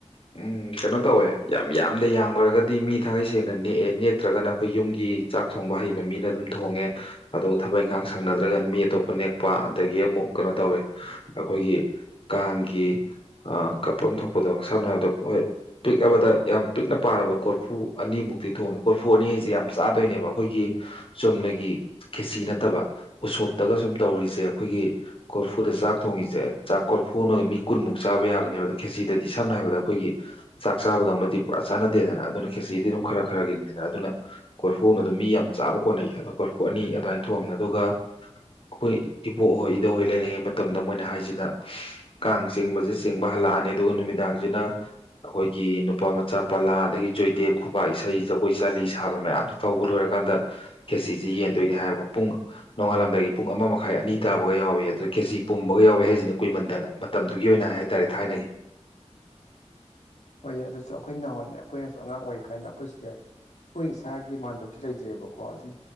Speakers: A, on the left (about 50°); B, on the left (about 85°).
A: ꯎꯝ ꯀꯩꯅꯣ ꯇꯧꯋꯦ ꯌꯥꯝ ꯌꯥꯝꯗ ꯌꯥꯝꯈ꯭ꯔꯒꯗꯤ ꯃꯤ ꯊꯥꯡꯒꯩ ꯁꯦꯡꯅ ꯅꯦꯛꯑꯦ ꯅꯦꯛꯇ꯭ꯔꯒꯅ ꯑꯩꯈꯣꯏ ꯌꯨꯝꯒꯤ ꯆꯥꯛ ꯊꯣꯡꯕ ꯍꯩꯕ ꯃꯤꯅ ꯑꯗꯨꯝ ꯊꯣꯡꯉꯦ ꯑꯗꯨꯒ ꯊꯕꯛ ꯏꯪꯈꯥꯡ ꯁꯪꯅꯗ꯭ꯔꯒꯅ ꯃꯤ ꯑꯇꯣꯞꯄ ꯅꯦꯛꯄ ꯑꯗꯒꯤ ꯑꯃꯨꯛ ꯀꯩꯅꯣ ꯇꯧꯋꯦ ꯑꯩꯈꯣꯏꯒꯤ ꯀꯥꯡꯒꯤ ꯀꯠꯐꯝ ꯊꯣꯛꯄꯗꯣ ꯁꯝꯅ ꯍꯥꯏꯕ ꯑꯗꯣ ꯍꯣꯏ ꯄꯤꯛꯑꯕꯗ ꯌꯥꯝ ꯄꯤꯛꯅ ꯄꯥꯔꯕꯗ ꯀꯣꯔꯐꯨ ꯑꯅꯤꯃꯨꯛꯇꯤ ꯊꯣꯡꯉꯦ ꯀꯣꯔꯐꯨ ꯑꯅꯤ ꯍꯥꯏꯖꯦ ꯌꯥꯝ ꯆꯥꯗꯣꯏꯅꯦꯕ ꯑꯈꯣꯏꯒꯤ ꯆꯨꯝꯅꯒꯤ ꯈꯦꯆꯤ ꯅꯠꯇꯕ ꯎꯁꯣꯞꯇꯒ ꯁꯨꯝ ꯇꯧꯔꯤꯖꯦ ꯑꯩꯈꯣꯏꯒꯤ ꯀꯣꯔꯐꯨꯗ ꯆꯥꯛ ꯊꯣꯡꯉꯤꯖꯦ ꯆꯥꯛ ꯀꯣꯔꯐꯨ ꯑꯝꯅꯒ ꯃꯤ ꯀꯨꯟꯃꯨꯛ ꯆꯥꯕ ꯌꯥꯕꯅꯦꯕ ꯑꯗꯣ ꯈꯦꯆꯤꯗꯗꯤ ꯁꯝꯅ ꯍꯥꯏꯔꯕꯗ ꯑꯩꯈꯣꯏꯒꯤ ꯆꯥꯛ ꯆꯥꯕꯗꯧꯅꯗꯤ ꯄꯨꯔꯥ ꯆꯥꯟꯅꯗꯦꯗꯅ ꯑꯗꯨꯅ ꯈꯦꯆꯤꯗꯤ ꯑꯗꯨꯝ ꯈꯔ ꯈꯔꯒꯤꯅꯤꯗꯅ ꯑꯗꯨꯅ ꯀꯣꯔꯐꯨ ꯑꯝꯅ ꯑꯗꯨꯝ ꯃꯤ ꯌꯥꯝ ꯆꯥꯕ ꯀꯣꯟꯅꯩ ꯑꯗꯣ ꯀꯣꯔꯐꯨ ꯑꯅꯤ ꯑꯗꯨꯃꯥꯏꯅ ꯊꯣꯡꯉꯦ ꯑꯗꯨꯒ ꯑꯈꯣꯏ ꯏꯕꯣꯛꯍꯣꯏ ꯏꯙꯧꯍꯣꯏ ꯂꯩꯔꯤꯉꯩ ꯃꯇꯝꯗ ꯃꯣꯏꯅ ꯍꯥꯏꯖꯤꯅ ꯀꯥꯡ ꯆꯤꯡꯕꯖꯦ ꯆꯤꯡꯕ ꯍꯜꯂꯛꯑꯅꯤ ꯑꯗꯨꯒ ꯅꯨꯃꯤꯗꯥꯡꯖꯤꯅ ꯑꯈꯣꯏꯒꯤ ꯅꯨꯄꯥ ꯃꯆꯥ ꯄꯜ ꯥ ꯂꯥꯗꯒꯤ ꯖꯣꯏꯗꯦꯕ ꯈꯨꯕꯥꯛ ꯏꯁꯩ ꯖꯒꯣꯏ ꯆꯥꯂꯤ ꯁꯥꯕ ꯃꯌꯥꯝꯖꯦ ꯇꯧꯕ ꯂꯣꯏꯔꯀꯥꯟꯗ ꯈꯦꯆꯤꯖꯤ ꯌꯦꯟꯗꯣꯏꯅꯦ ꯍꯥꯏꯕꯀꯣ ꯄꯨꯡ ꯅꯣꯡꯉꯥꯜꯂꯝꯗꯥꯏꯒꯤ ꯄꯨꯡ ꯑꯃ ꯃꯈꯥꯏ ꯑꯅꯤ ꯇꯥꯕꯒ ꯌꯥꯎꯋꯦꯌꯦ ꯑꯗ ꯈꯦꯆꯤ ꯄꯨꯝꯕꯒ ꯌꯥꯎꯋꯦ ꯍꯥꯏꯖꯤꯅꯤ ꯀꯨꯏꯃꯟꯗꯅ ꯃꯇꯝꯗꯨꯒꯤ ꯑꯣꯏꯅ ꯍꯥꯏꯇꯥꯔꯦ ꯊꯥꯏꯅꯒꯤ
B: ꯍꯣꯏ ꯑꯗꯨꯁꯨ ꯑꯈꯣꯏ ꯅꯍꯥꯋꯥꯏꯅꯦ ꯑꯈꯣꯏꯅꯁꯨ ꯑꯉꯥꯡ ꯑꯣꯏꯔꯤꯀꯥꯟꯗ ꯑꯈꯣꯏ ꯁꯤꯗ ꯑꯈꯣꯏ ꯏꯁꯥꯒꯤ ꯃꯥꯟꯗꯞꯇꯤ ꯂꯩꯖꯩꯑꯕꯀꯣ ꯑꯗꯨꯝ